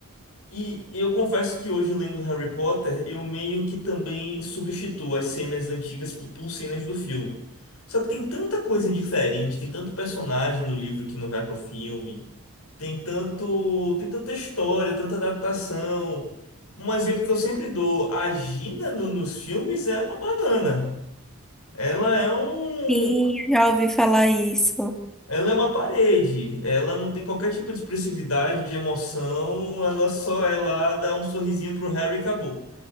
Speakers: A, on the left; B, in the centre.
A: E eu confesso que hoje, lendo Harry Potter, eu meio que também substituo as cenas antigas por por cenas do filme. Só que tem tanta coisa diferente, tem tanto personagem no livro que não vai pro filme, tem tanto, tem tanta história, tanta adaptação. Um exemplo que eu sempre dou, a Gina no- nos filmes é uma banana. Ela é um
B: Sim, eu já ouvi falar isso.
A: Ela é uma parede, ela não tem qualquer tipo de expressividade, de emoção, ela só é lá, dá um sorrisinho pro Harry e acabou.